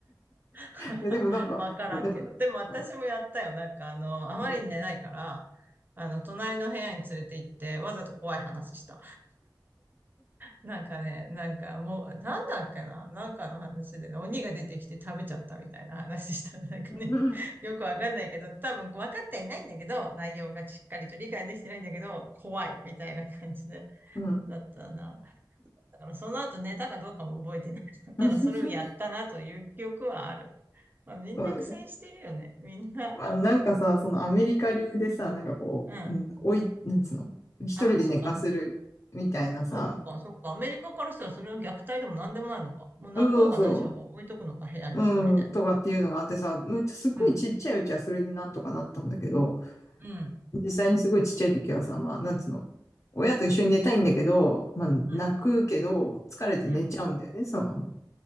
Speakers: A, on the right (about 25°); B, on the left (about 40°).
A: <laughs>
B: いや、でもなんか、
A: わからんけど。
B: ほら、でも、
A: でも私もやったよ。
B: あ
A: なんかあの、あまりに寝ないから、
B: うん、
A: あの、隣の部屋に連れて行って、わざと怖い話した。なんかね、なんかもう、なんだっけな、なんかの話でね、鬼が出てきて食べちゃったみたいな話した。<laughs> なんかね、
B: うん、
A: よくわかんないけど、多分分かってはいないんだけど、内容がしっかりと理解できてないんだけど、怖いみたいな感じで、
B: うん、
A: だったな。だからその後寝たかどうかも覚えてない。<laughs>
B: <laughs>
A: ただそれをやったなという記憶はある。まあ、みんな苦戦してるよね。
B: そうね。
A: みんな。
B: まあ、なんかさ、そのアメリカ流でさ、なんかこう、
A: うん。あ
B: うん、おい、なんつうの、一人で寝かせるみたいなさ、
A: あ、そっか。そうか、そうか。アメリカからしたらそれは虐待でも何でもないのか。もう泣こうが何しようが置いとくのか、
B: うんそうそ
A: 部屋に一人で。
B: う、うん、とかっていうのがあってさ、むっちゃすごいちっちゃいうちはそれでなんとかなったんだけど、
A: うん。うん。
B: 実際にすごいちっちゃい時はさ、まあ、なんつうの、親と一緒に寝たいんだけど、まあ、泣くけど、
A: うん。
B: 疲れて寝ちゃうんだよね、
A: うん。
B: そのまま。